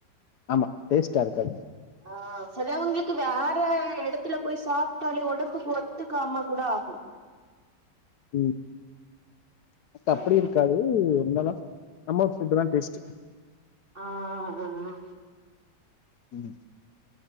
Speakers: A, on the left; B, on the right.
A: ஆமா டேஸ்ட்டா இருக்காது
B: ஆ சிலவங்களுக்கு வேற இடத்துல போய் சாப்பிட்டாலு ஒடம்புக்கு ஒத்துக்காம கூட ஆகும்
A: ம் எனக்கு அப்டி
B: ஆமா
A: இருக்காது இருந்தாலு நம்ம ஃபுட்டு தா டேஸ்ட்டு
B: ஆ ஆ அ அ
A: ம்